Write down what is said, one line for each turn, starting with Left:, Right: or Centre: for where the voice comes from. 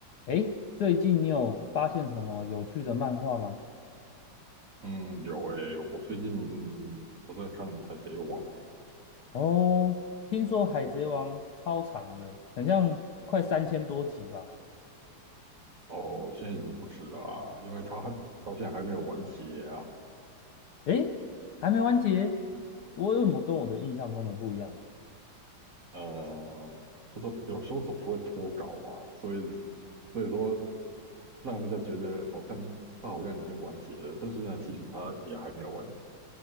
Left: 诶，最近你有发现什么有趣的漫画吗？
Right: 嗯，有诶、我最近我在看《海贼王》诶、
Left: 哦，听说《海贼王》超长的，很像快三千多集吧？
Right: 哦，现在已经不止了啊，因为他到现在还没有完结啊。
Left: 诶，还没完结，我为什么跟我的印象中的不一样？
Right: 呃，不都有时候总是会脱稿嘛，所以所以说让人家觉得好像他好像已经完结了，但是呢，其实他也还没有完结